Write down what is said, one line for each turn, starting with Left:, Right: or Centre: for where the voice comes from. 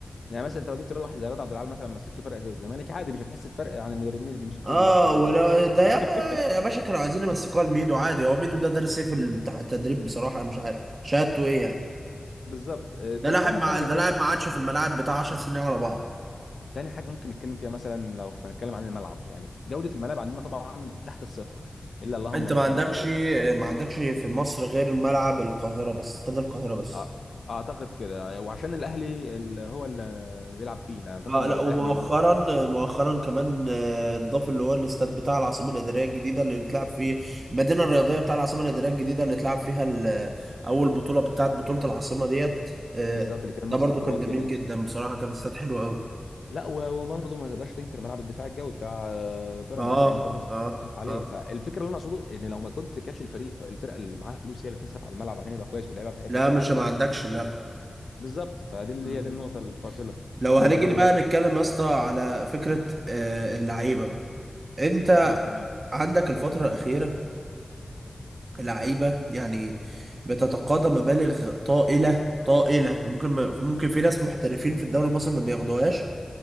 Left: يعني مثلا انت لو جبت رياض واحد زي رياض عبد العال مثلا مسكته فرقه زي الزمالك عادي مش هتحس بفرق عن المدربين اللي بيمسكوه
Right: اه
Left: دلوقتي عادي
Right: ولا
Left: يعني <laughs>
Right: ده يا با- يا باشا كانوا عايزين يمسكوها لميدو عادي هو ميدو ده دارس ايه في التع- التدريب بصراحه أنا مش عارف شهادته ايه يعني
Left: بالظبط آه، طب
Right: ده لاعب
Left: تاني
Right: مع
Left: حاجه
Right: ده
Left: نتكلم
Right: لاعب مع عادشه في الملاعب بتاع 10 سنين على بعض
Left: <clears throat> تاني حاجه ممكن نتكلم فيها مثلا لو هنتكلم عن الملعب يعني جوده الملاعب عندنا طبعا تحت الصفر الا اللهم
Right: انت ما
Left: مثلا
Right: عندكش
Left: لو
Right: ما عندكش في مصر غير ملعب القاهرة بس استاد القاهرة بس
Left: آه، اعتقد كده وعشان الاهلي اللي هو اللي بيلعب فيه يعني اعتقد
Right: اه
Left: لو
Right: لا
Left: الاهلي
Right: ومؤخرا
Left: مثلا
Right: مؤخرا كمان آه، اتضاف اللي هو الاستاد بتاع العاصمة الإدارية الجديدة اللي اتلعب فيه المدينة الرياضية بتاع العاصمة الإدارية الجديدة اللي اتلعب فيها ال- أول بطولة بتاعت بطولة العاصمة ديت آه،
Left: بالظبط اللي كان
Right: ده
Left: مصر
Right: برضو
Left: وكرواتيا
Right: كان جميل جدا بصراحة كان استاد حلو قوي
Left: لا و- وبرضه ما تقدرش تنكر ملعب الدفاع الجوي بتاع آه، بيراميدز
Right: اه
Left: لان بيراميدز
Right: اه
Left: بتصرف عليه
Right: اه
Left: فالفكره اللي انا اقصده ان لو ما كنت كاتش الفريق الفرقه اللي معاها فلوس هي اللي تصرف على الملعب عشان يبقى كويس واللعيبه بتاعتها
Right: لا
Left: تلعب
Right: مش
Left: كويس
Right: ما عندكش لا
Left: بالظبط فدي اللي
Right: مم.
Left: هي دي النقطه الفاصله
Right: لو هنيجي
Left: آه
Right: بقى
Left: لو
Right: نتكلم يا اسطى على فكرة آه، اللعيبة بقى انت
Left: اه تمام
Right: عندك الفترة الأخيرة لعيبة يعني بتتقاضى مبالغ طائلة طائلة ممكن ما ممكن في ناس محترفين في الدوري المصري ما بياخدوهاش